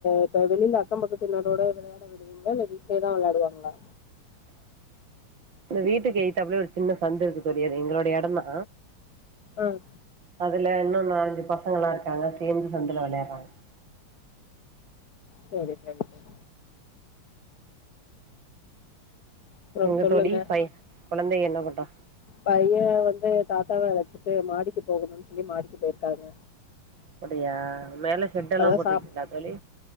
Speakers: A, on the left; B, on the right.
A: இப்ப வெளியில அக்கம் பக்கத்தின்னரோட விளையாட விடுவீங்களா இல்ல வீட்லயேதா விளையாடுவாங்களா
B: இந்த வீட்டுக்கு எய்த்தாப்லே ஒரு சின்ன சந்து இருக்கு தோழி அது எங்களோடைய இடம் தா
A: உம்
B: அதுல இன்னொன்னு அஞ்சு பசங்களாம் இருக்காங்க சேர்ந்து சந்துல விளையாடுறாங்க
A: சரி சரி சரி அப்புறம்
B: எங்க
A: சொல்லுங்க
B: தோழி பை குழந்தை என்ன பண்றா
A: பையன் வந்து தாத் ச்சிட்டு மாடிக்கி போகணும்ன்னு சொல்லி மாடிக்கு போயிருக்காங்க
B: அப்படியா மேல ஷெட் எல்லா
A: தான்
B: போட்டிருக்கீங்களா
A: சாப்ட்
B: தோழி